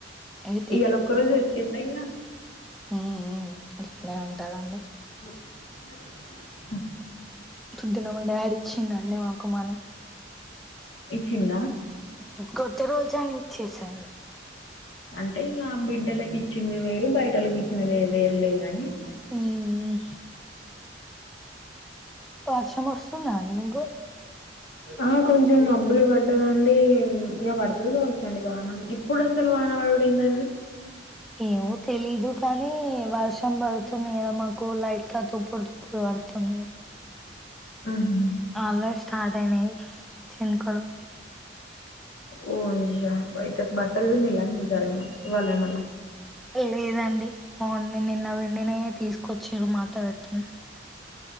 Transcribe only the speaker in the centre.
ఇగ
ఊ ఊ అట్లనే ఉంటాదండి
పుద్దున మా డాడ్ ఇచ్చిండండి మాకు మని
కొత్త రోజాని ఇచ్చసాను
మ్మ్ వర్షం వస్తుందా అండి మీకు
ఏమో తెలీదు కానీ వర్షం పడుతు ంది కదా మాకు లైట్ గా తుప్పుడు తుప్పుడు పడుతుంది
అల్రడీ స్టార్ట్ అయినాయి చినుకులు
లేదండి మ నిన్న వెండినే తీసుకొచ్చారు మార్తా పెడుతున్నా